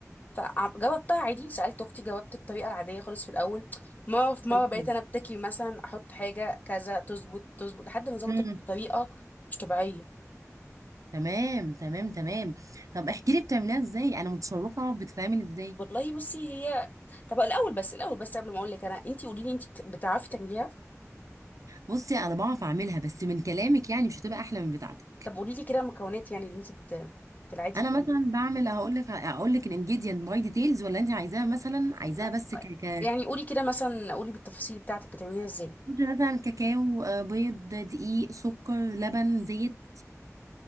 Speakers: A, on the left; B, on the right.
A: فجاوبتها عادي سألت أختي جاوبت الطريقة العادية خالص في الأول مرة في
B: تمام
A: مرة بقيت أنا أبتكي مثلا أحط حاجة كذا تظبط تظبط لحد ما ظبطت
B: امم
A: بطريقة مش طبيعية
B: تمام تمام تمام طب احكي لي بتعمليها ازاي انا متشوقه بتتعمل ازاي
A: والله بصي هي طب الأول بس الأول بس قبل ما أقول لك أنا أنتي قولي لي أنتي بت- بتعرفي تعمليها
B: بصي انا بعرف اعملها بس من كلامك يعني مش هتبقى احلى من بتاعتك
A: طب قولي لي كده مكونات يعني اللي أنتي بت... في العادي
B: انا
A: بتعمليها
B: مثلا بعمل هقول لك هقول لك الانجيديانت باي ديتيلز ولا انت عايزاها مثلا عايزاها
A: لا
B: بس ك ك
A: يعني قولي كده مثلا قولي بالتفاصيل بتاعتك بتعمليها إزاي
B: مثلا كاكاو آه، بيض دقيق سكر لبن زيت